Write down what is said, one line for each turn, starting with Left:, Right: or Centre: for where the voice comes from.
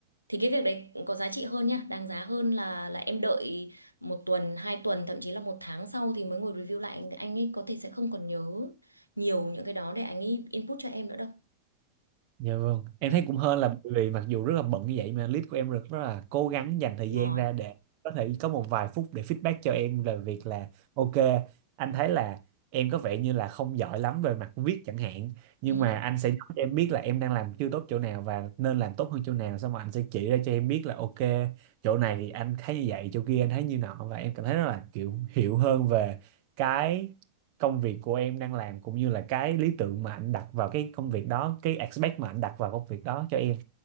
Left: thì cái việc đấy có giá trị hơn nha đáng giá hơn là là em đợi một tuần hai tuần thậm chí là một tháng sau thì mới ngồi review lại anh ấy có thể sẽ không còn nhớ nhiều những cái đó để anh ấy input cho em nữa đâu
Right: Dạ vâng, em
Left: ừ,
Right: thấy cũng hên là bởi vì mặc dù rất là bận như vậy mà lead của em rất rất là cố gắng dành thời
Left: đúng
Right: gian ra để có thể có một vài phút để feedback cho em về việc là ok, anh thấy là em có vẻ như là không giỏi lắm về mặt viết chẳng hạn, nhưng
Left: ừ,
Right: mà anh sẽ nói cho em biết là em đang làm chưa tốt chỗ nào và nên làm tốt hơn chỗ nào, xong rồi anh sẽ chỉ ra cho em biết là ok, chỗ này thì anh thấy như vậy, chỗ kia anh thấy như nọ và em cảm thấy rất là kiểu hiểu hơn về cái công việc của em đang làm cũng như là cái lý tưởng mà anh đặt vào cái công việc đó cái expect mà anh đặt vào công việc đó cho em